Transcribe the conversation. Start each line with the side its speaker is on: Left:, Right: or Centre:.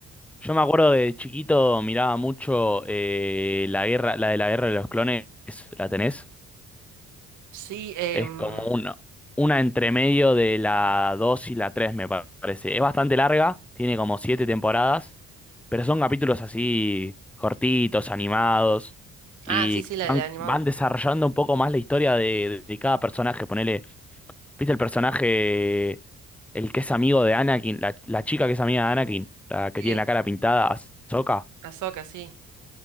Centre: Yo me acuerdo de chiquito miraba mucho eh, la guerra, la de la guerra de los clones, ¿la tenés?
Right: Sí, em,
Centre: Es como una, una entre medio de la 2 y la 3 me pa- parece. Es bastante larga, tiene como 7 temporadas Pero son
Right: mm.
Centre: capítulos así cortitos, animados, y
Right: ah, sí, sí, la,
Centre: van,
Right: la animada.
Centre: van desarrollando un poco más la historia de, de cada personaje. Ponele, ¿viste el personaje, el que es amigo de Anakin, la, la chica que es amiga de Anakin, la que
Right: Sí,
Centre: tiene la cara pintada, Ahsoka?
Right: Ahsoka, sí.